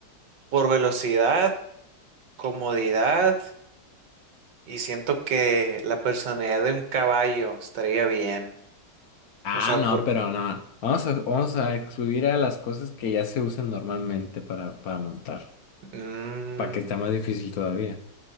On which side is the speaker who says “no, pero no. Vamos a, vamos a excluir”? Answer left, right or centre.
Left